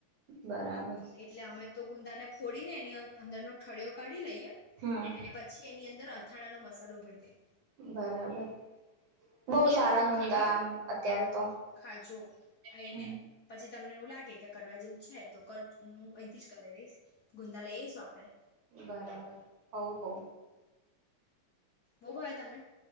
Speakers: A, on the right; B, on the left.
A: બરાબર
B: એટલે અમે તો ગુંદાને ફોડીને એની અંદરનો ઠળિયો કાઢી લઈએ,
A: હમ
B: એ પછી એની અંદર અથાણા નો મસાલો ભર દઈએ.
A: બરાબર. બહ સારા
B: એવું
A: ગુંદા
B: ખા એક વાર
A: એમ અત્યારે તો,
B: ખાજો આઈને
A: હ.
B: પછી તમને એવું લાગે કે કરવા જેવું છે તો કર હું અહીંથી જ કર દઈશ. ગુંદા લઈ આવીશું આપડે
A: બરાબર હો હો.
B: બહુ ભાવે તમને